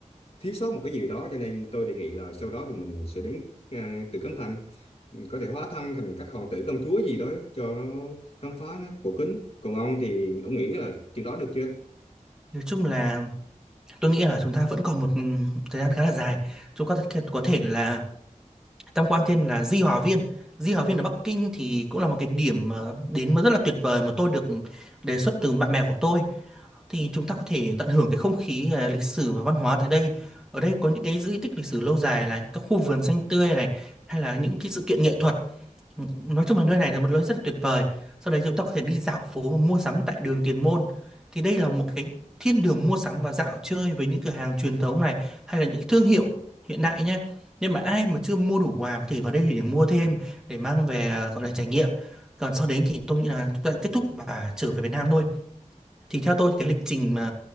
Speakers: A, on the left (about 45°); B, in the centre.
A: thiếu sót một cái gì đó cho nên tôi đề nghị là sau đó thì mình sẽ đến à, Tử Cấm Thành có thể hóa thân thành các hoàng tử công chúa gì đó cho nó khám phá nó cổ kính còn ông thì ông nghĩ là chừng đó được chưa
B: nói chung là tôi nghĩ là chúng ta vẫn còn một ừ, thời gian khá là dài chúng ta có thể có thể là tham quan thêm là Di Hòa Viên Di Hòa Viên ở Bắc Kinh thì cũng là một cái điểm ờ, đến mà rất là tuyệt vời mà tôi được đề xuất từ bạn bè của tôi thì chúng ta có thể tận hưởng cái không khí ờ, lịch sử và văn hóa tại đây ở đây có những cái di tích lịch sử lâu dài này các khu vườn xanh tươi này hay là những cái sự kiện nghệ thuật nói chung là nơi này là một nơi rất là tuyệt vời sau đấy chúng ta có thể đi dạo phố và mua sắm tại đường Tiền Môn thì đây là một cái thiên đường mua sắm và dạo chơi với những cửa hàng truyền thống này hay là những cái thương hiệu hiện đại nhé nhưng mà ai mà chưa mua đủ quà có thể vào đây để mua thêm để mang về à, gọi là trải nghiệm còn sau đấy thì tôi nghĩ là chúng ta kết thúc và trở về Việt Nam thôi thì theo tôi thì cái lịch trình mà